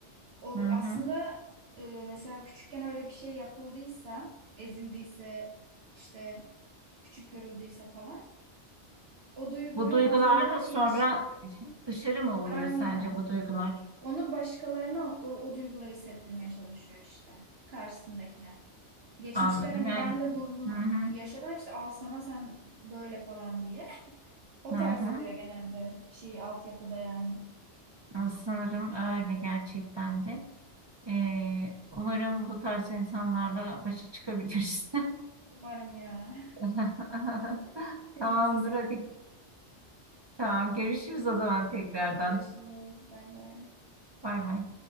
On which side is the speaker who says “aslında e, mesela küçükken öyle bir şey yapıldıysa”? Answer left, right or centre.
Right